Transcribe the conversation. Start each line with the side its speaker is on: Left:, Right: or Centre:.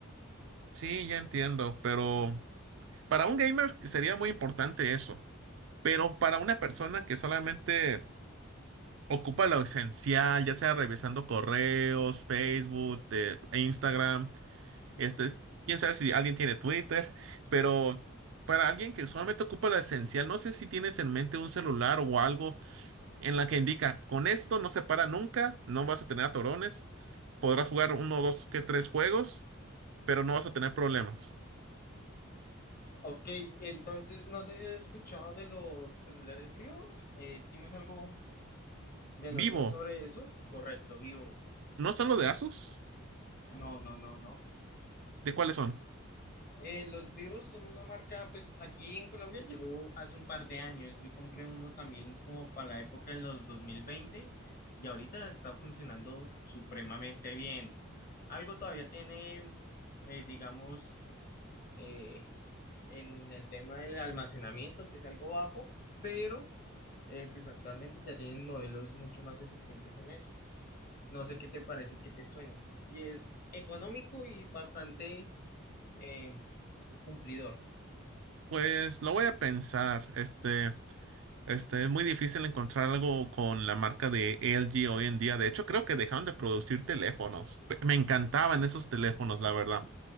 Right: Sí, ya entiendo, pero para un gamer sería muy importante eso, pero para una persona que solamente ocupa lo esencial, ya sea revisando correos, Facebook, eh, e Instagram, este, quién sabe si alguien tiene Twitter, pero para alguien que solamente ocupa lo esencial, no sé si tienes en mente un celular o algo en la que indica, con esto no se para nunca, no vas a tener atorones, podrás jugar uno, dos, que tres juegos, pero no vas a tener problemas.
Left: Ok, entonces, no sé si has escuchado de los celulares Vivo. eh, ¿tienes algo de
Right: Vivo,
Left: noción sobre eso? Correcto, Vivo.
Right: ¿no son los de Asus?
Left: No, no, no, no.
Right: ¿De cuáles son?
Left: Eh, los Vivos son una marca, pues aquí en Colombia llegó hace un par de años. Yo compré uno también como para la época de los 2020 y ahorita está funcionando supremamente bien. Algo todavía tiene, eh, digamos, eh, en el tema del almacenamiento, que es algo bajo, pero eh, pues actualmente ya tienen modelos mucho más eficientes en eso. No sé qué te parece, qué te suena. Y es económico y bastante eh, cumplidor.
Right: Pues lo voy a pensar. Este, este, es muy difícil encontrar algo con la marca de LG hoy en día. De hecho, creo que dejaron de producir teléfonos. Pe- Me encantaban esos teléfonos, la verdad.